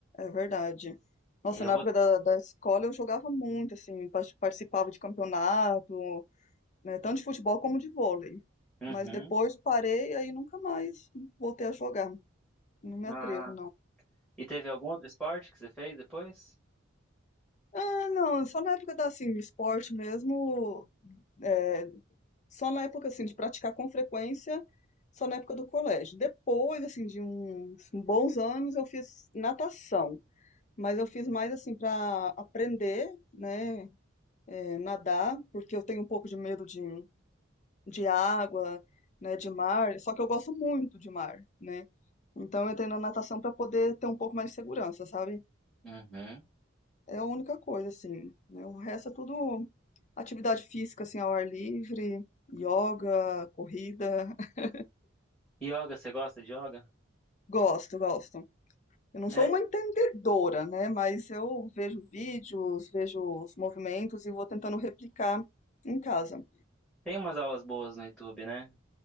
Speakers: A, on the left; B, in the centre.
A: é verdade. Nossa,
B: E eu
A: na
B: vou.
A: época da, da escola eu jogava muito, assim, par- participava de campeonato, né, tanto de futebol como de vôlei.
B: Uhum.
A: Mas depois parei, aí nunca mais voltei a jogar. Não me atrevo,
B: Ah,
A: não.
B: e teve algum outro esporte que você fez depois?
A: Ah, não, só na época da, assim, esporte mesmo, é, só na época, assim, de praticar com frequência, só na época do colégio. Depois, assim, de uns bons anos, eu fiz natação, mas eu fiz mais, assim, para aprender, né, é, nadar, porque eu tenho um pouco de medo de, de água, né, de mar, só que eu gosto muito de mar, né? Então, eu entrei na natação para poder ter um pouco mais de segurança, sabe?
B: Uhum.
A: É a única coisa, assim, né? O resto é tudo atividade física, assim, ao ar livre, yoga, corrida. <laughs>
B: Yoga, você gosta de yoga?
A: Gosto, gosto. Eu não
B: É,
A: sou uma entendedora, né? Mas eu vejo vídeos, vejo os movimentos e vou tentando replicar em casa.
B: tem umas aulas boas no YouTube, né?